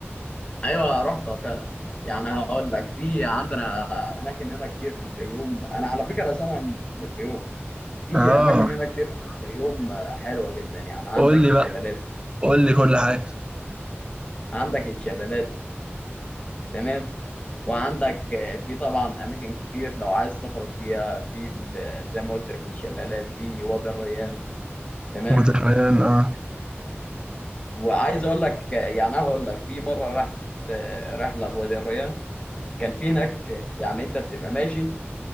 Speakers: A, on the left; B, on the right.
A: ايوه رحتها فعلا يعني هقول لك في عندنا اماكن هنا كتير في الفيوم انا على فكرة اصلا أنا من الفيوم في
B: اه
A: اماكن هنا كتير في الفيوم آه، حلوه جدا يعني عندك
B: قول لي
A: الشلالات
B: بقى قول لي كل حاجة
A: عندك الشلالات تمام وعندك آه، في طبعا اماكن كتير لو عايز تخرج فيها في ال- زي ما قلت لك الشلالات في وادي الريان تمام
B: وتحيان اه
A: وعايز اقول لك آه، يعني أنا هقول لك في مره رحت آه، رحله لوادي الريان كان في هناك آه، يعني انت بتبقى ماشي